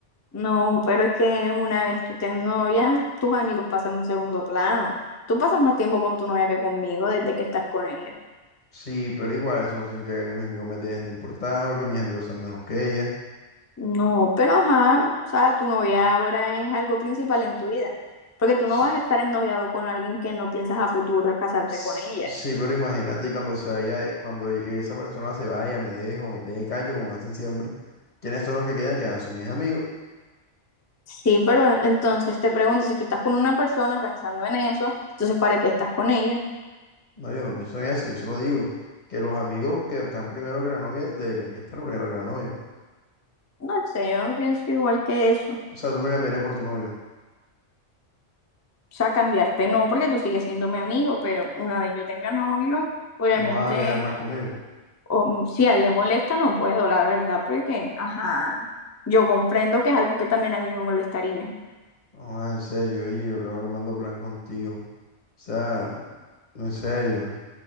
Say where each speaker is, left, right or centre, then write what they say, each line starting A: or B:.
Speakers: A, on the left; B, on the left.
A: No, pero es que una vez tú te novia, tus amigos pasan un segundo plano. Tú pasas más tiempo con tu novia que conmigo desde que estás con ella.
B: Sí, pero igual eso no significa que mis amigos me dejen de importar o que mis amigos sean menos que ella.
A: No, pero ajá, o sea, tu novia ahora es algo principal en tu vida. Porque tú
B: S-
A: no vas a estar ennoviado con alguien que no piensas a futuro casarte
B: s-
A: con ella.
B: Sí, pero imagínate cuando se vaya, eh, cuando e, esa persona se vaya, me dejo, me pegue y callo, como lo hacen siempre. ¿Quiénes son los que quedan? Quedan son mis amigos.
A: Sí, pero entonces te pregunto, si tú estás con una persona pensando en eso, entonces ¿para qué estás con ella?
B: No, yo no pienso en eso, yo solo digo que los amigos que están primero que la novia deberían que estar primero que la novia.
A: No sé, yo no pienso igual que eso.
B: O sea, tú me cambiarías por tu novio.
A: O sea, cambiarte no, porque tú sigues siendo mi amigo, pero una vez yo tenga novio, obviamente,
B: No vas a viajar más conmigo.
A: o, si a él le molesta, no puedo, la verdad, porque, ajá, yo comprendo que es algo que también a mí me molestaría.
B: No, ah, en serio, y yo que armando plan contigo. O sea, en serio.